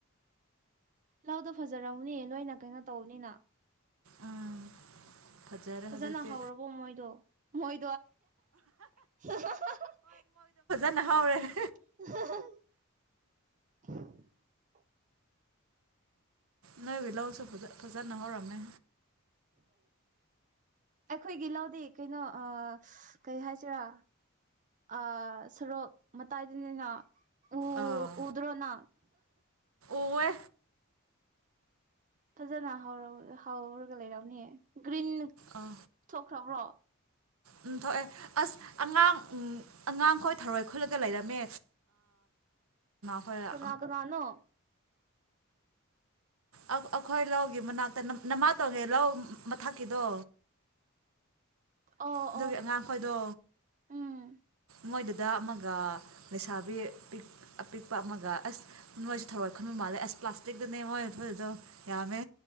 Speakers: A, on the right (about 35°); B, on the right (about 80°).
A: ꯂꯧꯗꯣ ꯐꯖꯔꯎꯅꯦ ꯂꯣꯏꯅ ꯀꯩꯅꯣ ꯇꯧꯧꯕꯅꯤꯅ
B: ꯎꯝ ꯐꯖꯔꯦ
A: ꯐꯖꯅ
B: ꯍꯧꯖꯤꯛꯇꯤ
A: ꯍꯧꯔꯕꯣ ꯃꯣꯏꯗꯣ ꯃꯣꯏ <unintelligible>
B: ꯅꯍꯔꯦ
A: <unintelligible>
B: ꯅꯂꯁꯨ ꯐꯖ ꯐꯖꯥꯅꯍꯔꯃꯦ
A: ꯑꯩꯈꯣꯏꯒꯤ ꯂꯧꯗꯤ ꯀꯩꯅꯣ ꯀꯩ ꯍꯥꯏꯁꯤꯔꯥ ꯑ ꯁꯣꯔꯣꯛ ꯃꯇꯥꯏꯗꯅꯤꯅ ꯎ
B: ꯑꯥ
A: ꯎꯗ꯭ꯔꯣꯅ
B: ꯎꯋꯦ
A: ꯐꯖꯅ ꯍꯔ ꯍꯧꯔꯒ ꯂꯩꯔꯥꯎꯅꯦ ꯒ꯭ꯔꯤꯟ
B: ꯑꯥ
A: ꯊꯣꯛꯈ꯭ꯔꯕ꯭ꯔꯣ
B: ꯎꯝ ꯊꯣꯛꯑꯦ ꯑꯁ ꯑꯉꯥꯡ ꯑꯉꯥꯡꯈꯣꯏ ꯊꯔꯣꯏ ꯈꯨꯜꯂꯒ ꯂꯩꯔꯝꯃꯦ
A: <unintelligible>
B: ꯈꯣꯏ ꯑ
A: ꯀꯅꯥ ꯀꯅꯥꯅꯣ
B: ꯑꯩꯈꯣꯏ ꯂꯧꯒꯤ ꯃꯅꯥꯛꯇ ꯅꯃꯥ ꯇꯣꯡꯉꯦ ꯂꯧ ꯃꯊꯛꯀꯤꯗꯣ
A: ꯑꯣ
B: ꯑꯗꯨꯒꯤ
A: ꯑꯣ
B: ꯑꯉꯥꯡꯈꯣꯏꯗꯣ
A: ꯎꯝ
B: ꯃꯣꯏꯗꯨꯗ ꯑꯃ ꯂꯩꯁꯥꯕꯤ ꯑꯄꯤꯛꯄ ꯑꯃꯒ ꯑꯁ ꯅꯣꯏꯁ ꯊꯧꯔꯏ ꯈꯟꯕ ꯃꯥꯜꯂꯦ ꯑꯁ ꯄ꯭ꯂꯥꯁꯇꯤꯛ ꯉ ꯊꯣꯏꯣꯏꯗꯣ ꯌꯥꯝꯃꯦ